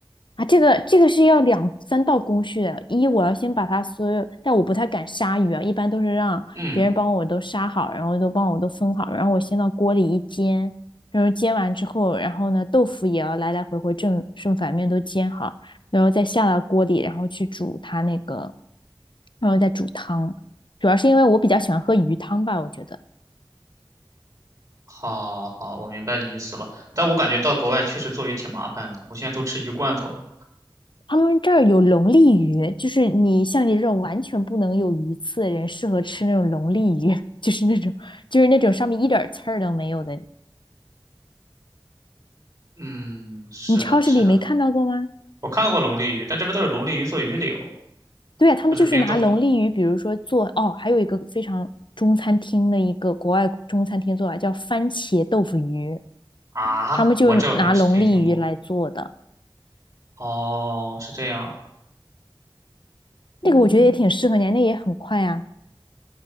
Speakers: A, on the left (about 65°); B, on the right (about 45°).
A: 啊，这个这个是要两三道工序的。一，我要先把它所有，但我不太敢杀鱼啊，一般都是让别人帮我都杀好，
B: 嗯。
A: 然后都帮我都分好，然后我先到锅里一煎，然后煎完之后，然后呢，豆腐也要来来回回正正反面都煎好，然后再下到锅里，然后去煮它那个，然后再煮汤。主要是因为我比较喜欢喝鱼汤吧，我觉得。
B: 好好，我明白你意思了，但我感觉到国外确实做鱼挺麻烦的，我现在都吃鱼罐头了。
A: 他们这儿有龙利鱼，就是你像你这种完全不能有鱼刺的人，适合吃那种龙利鱼，<laughs> 就是那种就是那种上面一点儿刺儿都没有的。
B: 嗯，是的，
A: 你超市里没看到过吗？
B: 是的，我看到过龙利鱼，但这边都是龙利鱼做鱼柳，
A: 对啊，他们就是拿龙利鱼，
B: 都是冰冻的
A: 比如说做哦，还有一个非常中餐厅的一个国外中餐厅做法叫番茄豆腐鱼，
B: 啊，
A: 他们就拿龙利鱼来做的，
B: 我这我没吃听听过。哦，是这样，
A: 那个我觉得也挺适合你啊，
B: 嗯，
A: 那也很快啊。